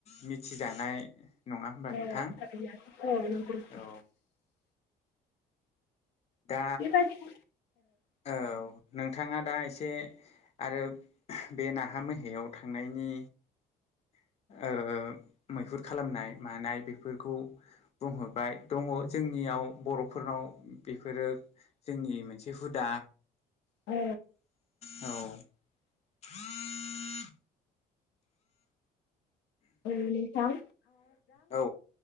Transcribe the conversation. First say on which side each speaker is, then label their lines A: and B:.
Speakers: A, on the left; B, on the left.
A: मिथिजानाय
B: <unintelligible>
A: नङा होमबा नोंथां औ दा
B: बेबायदि
A: औ नोंथाङा दा एसे आरो बे नाहा मैहायाव थांनायनि ओ मैहुर खालामनाय मानाय फोरखौ बुंह बाय दङ जोंनियाव बर'फोरनाव बेफोरो जोंनि मोनसे हुदा
B: औ
A: औ <inaudible>
B: ओम नोंथां
A: ओ औ